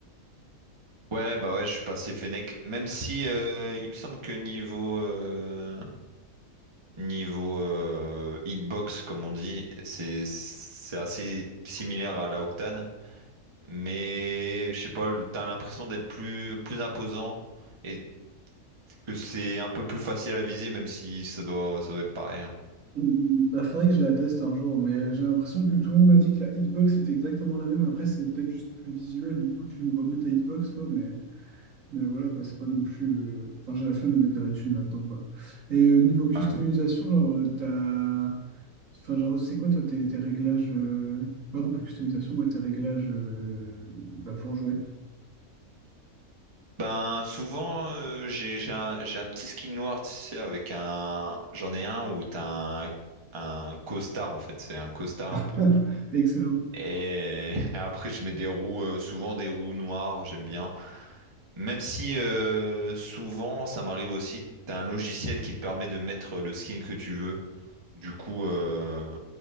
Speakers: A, on the right; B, on the right.
A: Ouais, bah ouais, je suis passé Fennec. Même si euh, il me semble que niveau euh, niveau euh, hitbox, comme on dit, c'est c'est assez similaire à la Octane, mais je sais pas, t'as l'impression d'être plus plus imposant et que c'est un peu plus facile à viser, même si ça doit ça doit être pareil. hein.
B: Il faudrait que je la teste un jour, mais j'ai l'impression que tout le monde m'a dit que la hitbox était exactement la même. Après, c'est peut-être juste plus visuel, du coup, tu vois mieux ta hitbox, quoi, mais, mais voilà, quoi, c'est pas non plus. euh, Enfin, j'ai la flemme de mettre de la thune là-dedans, quoi. Et euh, niveau customisation,
A: Ouais.
B: genre, euh, t'as. Enfin, genre, c'est quoi toi tes, tes réglages, euh... pardon, pas customisation, ouais, tes réglages euh, bah, pour jouer.
A: Ben souvent euh, j'ai j'ai un, j'ai un petit skin noir, tu sais, avec un j'en ai un où t'as un un costard en fait, c'est un costard
B: <laughs>
A: un peu
B: Excellent.
A: Et <laughs> après, je mets des roues, euh, souvent des roues noires, j'aime bien. Même si euh, souvent, ça m'arrive aussi, t'as un logiciel qui te permet de mettre le skin que tu veux. Du coup, euh,